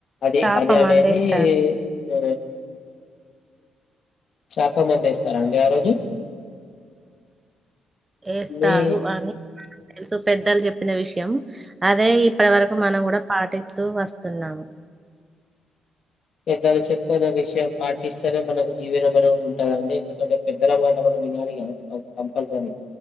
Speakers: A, on the left (about 55°); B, on the right (about 20°).
A: అది
B: చాప
A: అది అనేది
B: మందేస్తారు
A: ఆ చాప మందు ఏస్తారా అండి ఆ రోజు
B: ఏస్తారు
A: మీ
B: అని పెద్దలు చెప్పిన విషయం అదే ఇప్పటి వరకు మనం కూడా పాటిస్ తూ వస్తున్నాం
A: పెద్దలు చెప్పున విషయం పాటిస్తేనే మనకు జీవనమనే ఉంటదండి ఎందుకంటే పెద్దల మాట మనం వినాలి కదా కంపల్సరీ